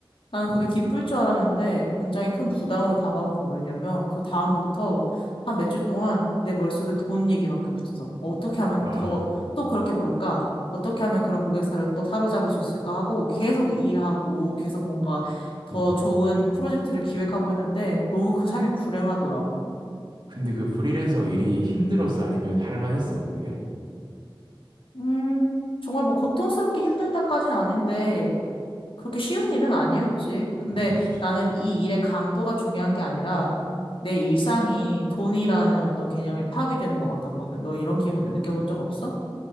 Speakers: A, on the left; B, on the right.
A: 나는
B: 음,
A: 그게 기쁠 줄 알았는데 굉장히 큰 부담으로 다가온 게 뭐였냐면 그 다음부터 한 몇 주 동안 내 머릿속에 돈 얘기밖에 없었어. 어떻게 하면
B: 아,
A: 더, 또 그렇게 벌까? 어떻게 하면 그런 고객사를 또 사로잡을 수 있을까 하고 계속 일하고 계속 뭔가 더
B: 어.
A: 좋은 프로젝트를 기획하고 했는데 너무 그 삶이 불행하더라고.
B: 근데 그 프리랜서 일이 힘들었어? 아니면 할만했어, 그게?
A: 음, 정말 뭐 고통스럽게 힘들다까진 아닌데 그렇게 쉬운 일은 아니었지. 근데
B: 음,
A: 나는 이 일의 강도가 중요한 게 아니라 내 일상이 돈이라는 어떤 개념에 파괴되는 것 같았거든. 너 이런 기분
B: 음.
A: 느껴본 적 없어?